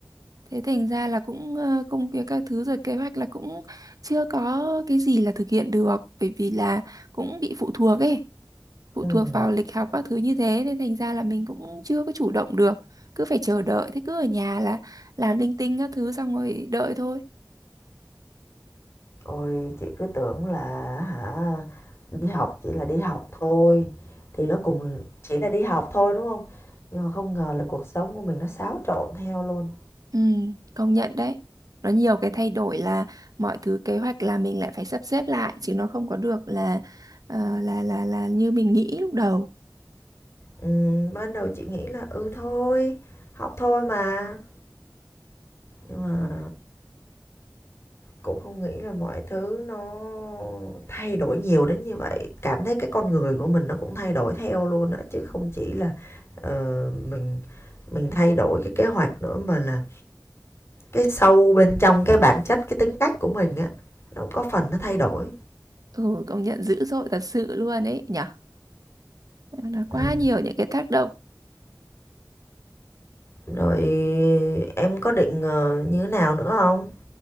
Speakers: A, on the right; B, on the left.
A: Thế thành ra là cũng ờ, công việc các thứ rồi kế hoạch là cũng chưa có cái gì là thực hiện được bởi vì là cũng bị phụ thuộc ấy, phụ
B: Ừm,
A: thuộc vào lịch học các thứ như thế nên thành ra là mình cũng chưa có chủ động được, cứ phải chờ đợi thế cứ ở nhà là làm linh tinh các thứ xong rồi đợi thôi.
B: ôi chị cứ tưởng là hả, đi học chỉ là đi học thôi, thì nó cùng chỉ là đi học thôi, đúng không? Nhưng mà không ngờ là cuộc sống của mình nó xáo trộn theo luôn.
A: Ừ, công nhận đấy. Nó nhiều cái thay đổi là mọi thứ kế hoạch là mình lại phải sắp xếp lại chứ nó không có được là ờ, là là là như mình nghĩ lúc đầu.
B: Ừm, ban đầu chị nghĩ là, ừ, thôi, học thôi mà, nhưng mà Cũng không nghĩ là mọi thứ nó thay đổi nhiều đến như vậy, cảm thấy cái con người của mình nó cũng thay đổi theo luôn á, chứ không chỉ là, ờ, mình mình thay đổi cái kế hoạch nữa mà là cái sâu bên trong cái bản chất, cái tính cách của mình á, nó cũng có phần nó thay đổi.
A: Ừ, công nhận dữ dội thật sự luôn ấy nhỉ. là quá
B: Ừm,
A: nhiều những cái tác động
B: rồi em có định, ờ, như thế nào nữa không